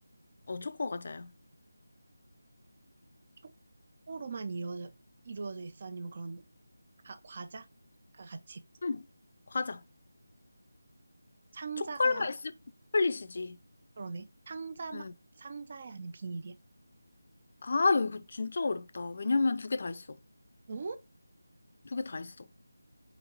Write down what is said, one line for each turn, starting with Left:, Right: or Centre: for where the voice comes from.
Left: 어, 초코 과자야.
Right: 초코로만 이루어져, 이루어져 있어? 아니면 그런 가- 과자가 같이
Left: 응, 과자.
Right: 상자가
Left: 초콜릿만 있으면 초콜릿이지.
Right: 그러네 상자 막
Left: 응.
Right: 상자에 아닌 비닐이야?
Left: 아, 야, 이거 진짜 어렵다. 왜냐면 두 개 다 있어.
Right: 어?
Left: 두 개 다 있어.